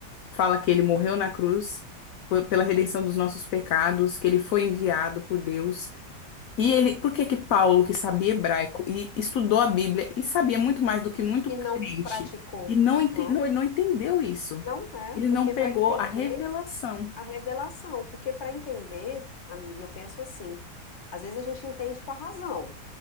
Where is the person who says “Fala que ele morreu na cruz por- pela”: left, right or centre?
Left